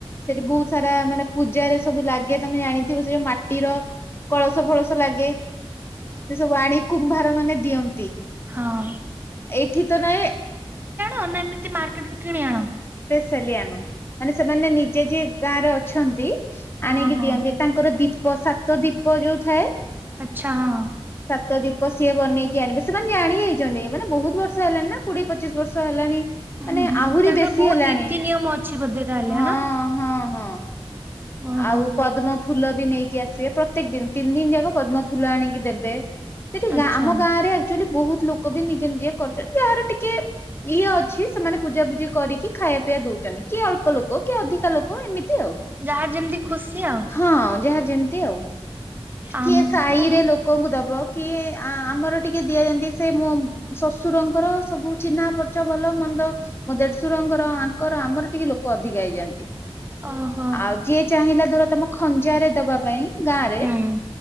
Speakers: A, on the left (about 25°); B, on the right (about 20°).
A: ସେଠି ବହୁତ ସାରା ମାନେ ପୂଜାରେ ସବୁ ଲାଗେ। ତମେ ଜାଣିଥିବ ସେ ଯୋଉ ମାଟିର କଳସ ଫଳସ ଲାଗେ। ସେ ସବୁ ଆଣି କୁମ୍ଭାର ମାନେ ଦିଅନ୍ତି।
B: ହଁ
A: ଏଠି ତ ନାଇଁ।
B: ଅନା ଏମିତି ମାର୍କେଟରୁ କିଣି ଆଣ?
A: ଚାଲି ଆଣୁ। ମାନେ ସେମାନେ ନିଜେ ଯିଏ ଗାଁରେ ଅଛନ୍ତି।
B: ହଁ
A: ଆଣିକି
B: ହଁ
A: ଦିଅନ୍ତି। ତାଙ୍କର ଦୀପ ସାତ ଦୀପ ଯୋଉ ଥାଏ।
B: ଆଚ୍ଛା ହଁ।
A: ସାତ ଦିପ ସିଏ ବନେଇକି ଆଣିବେ। ସେମାନେ ଜାଣି ହୋଇଛନ୍ତି। ମାନେ ବହୁତ ବର୍ଷ ହେଲାଣି ନା, କୋଡିଏ ପଚିଶ ବର୍ଷ ହେଲାଣି। ମାନେ
B: ହୁଁ ହୁଁ
A: ଆହୁରି
B: ତାଙ୍କର
A: ଦେଶୀ
B: ବହୁତ
A: ହେଲାଣି।
B: ନୀତି ନିୟମ ଅଛି ବୋଧେ ତାହେଲେ
A: ହଁ
B: ନା?
A: ହଁ ହଁ।
B: ଓହୋ
A: ଆଉ ପଦ୍ମଫୁଲ ବି ନେଇକି ଆସିବେ। ପ୍ରତ୍ୟେକଦିନ ତିନିଦିନ ଯାକ ପଦ୍ମଫୁଲ ଆଣିକି ଦେବେ। ସେଠି
B: ଆଚ୍ଛା
A: ଆମ ଗାଁରେ ଆକ୍ଚୁଆଲି ବହୁତ ଲୋକ ବି ନିଜେନିଜେ କରୁଛନ୍ତି। ଯାହାର ଟିକେ ଇଏ ଅଛି ସେମାନେ ପୂଜା ପୂଜି କରିକି ଖାଇବା ପିଇବା ଦୋଉଛନ୍ତି। କିଏ ଅଳ୍ପ ଲୋକ କିଏ ଅଧିକା ଲୋକ ଏମିତି ଆଉ।
B: ଯାହାର ଯେମିତି ଖୁସି ଆଉ।
A: ହଁ ଯାହା ଯେମିତି ଆଉ।
B: ଆମକୁ
A: କିଏ ସାହିରେ ଲୋକଙ୍କୁ ଦବ କି ଆଁ ଆମର ଟିକେ ଦିଆନ୍ତି ସେ ମୋ ଶଶୁରଙ୍କର ସବୁ ଚିହ୍ନା ପରିଚୟ ଭଲ ମନ୍ଦ ମୋ ଦେଡୁଶୁରଙ୍କର ଆଙ୍କର ଆମର ଟିକେ ଲୋକ ଅଧିକ ହେଇଯାନ୍ତି।
B: ଓହୋ।
A: ଆଉ ଯିଏ ଚାହିଁଲା ଧର ତମ ଖଞ୍ଜାରେ ଦବା ପାଇଁ ଗାଁରେ,
B: ହୁଁ।